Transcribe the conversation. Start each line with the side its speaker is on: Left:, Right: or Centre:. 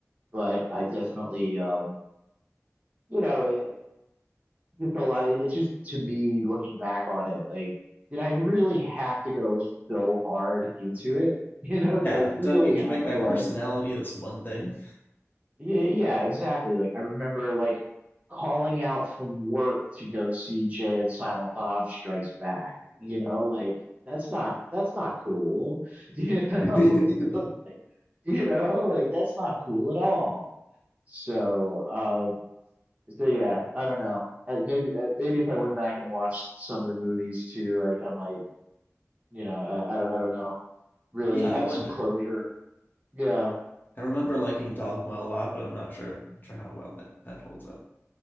Right: but I definitely, um, you know, just a lot. It's just to me looking back on it, like, did I really have to go so hard into it? <laughs> You know, that
Left: Yeah,
Right: I really
Left: do I need
Right: have
Left: to make my
Right: to
Left: personality
Right: like,
Left: this one thing?
Right: yeah, yeah, exactly. Like I remember like calling out from work to go see Jay and Silent Bob Strikes Back. You know, like that's not that's not cool. <laughs> You know,
Left: <laughs>
Right: <laughs> like, you know, like that's not cool at all. So, um, so yeah, I don't know. Uh, maybe uh, maybe if I went back and watched some of the movies too, like I might, you know, I, I don't I don't know, really
Left: Yeah,
Right: have
Left: I wonder.
Right: some closure. Yeah.
Left: I remember liking Dogma a lot, but I'm not sure, not sure how well that that holds up.